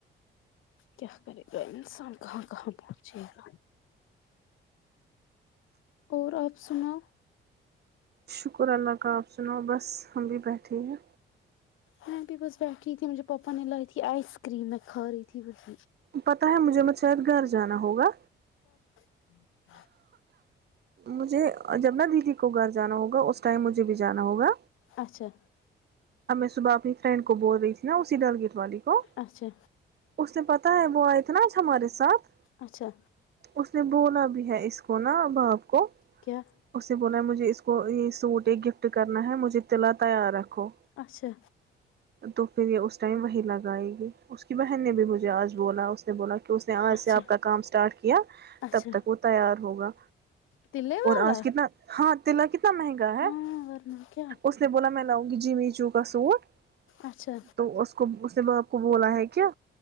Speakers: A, on the left (about 85°); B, on the right (about 55°).
A: کیا کرے گا انسان کہاں کہاں پہنچے گا اور آپ سنا
B: شکر اللہ کا آپ سنو بس ہم بھی بیٹھے ہیں
A: میں بھی بس بیٹھیی تھی مجھے پاپا نے لائی تھی آئس کریم میں کھا رہی تھی بی <inaudible>
B: پتا ہے مجھے متھ شید گار جانا ہوگا
A: ہ <inaudible>
B: مجھے جب ن دیدی کو گھر جانا ہوگا اس ٹائم مجھے بھی جانا ہوگا
A: اچھا
B: سوبای <inaudible> فرینڈ کو بول رہی تھی نا اسی ڈل گیٹ والی کو
A: اچھا
B: اس نے پتا ہے وہ آئے اتناج ہمارے ساتھ
A: اچھا
B: اس نے بولا بھی ہے اس کو نا باپ کو
A: کیا
B: اس نے بولا مجھے اس کو کو یہ سوٹ ایک گفٹ کرنا ہے مجھے تلا تیار رکھو
A: اچھا
B: تو پھر یہ اس ٹائم وہی لگائے گی اس کی بہن نے بھی مجھے آج بولا اس بولا کہ اس نے آج
A: اچھا
B: سے آپ کا کام اسٹارٹ کیا
A: اچھا
B: تب تک وہ تیار ہوگا
A: تلے والا
B: اور آج کتنا ہاں تنا کی مہنگا
A: ہاں
B: ہے
A: ورنہ کیا
B: اس نے بولا میں لاؤ جی چ ک سوٹ
A: اچھا
B: <inaudible> تو اس کو اس بپ کو بولا ہے کیا